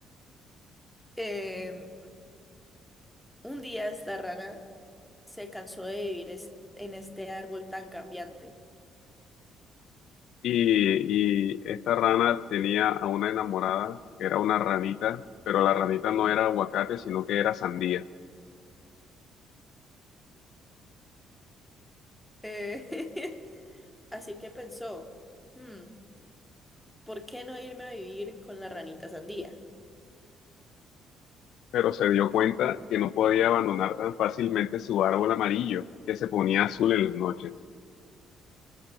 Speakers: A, in the centre; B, on the left.
A: Em, un día esta rana se cansó de vivir es- en este árbol tan cambiante.
B: Y, y esta rana tenía a una enamorada, que era una ranita, pero la ranita no era aguacate, sino que era sandía.
A: Eh, <laughs> Así que pensó, "Hmm, ¿por qué no irme a vivir con la ranita sandía?
B: pero se dio cuenta que no podía abandonar tan fácilmente su árbol amarillo, que se ponía azul en las noches.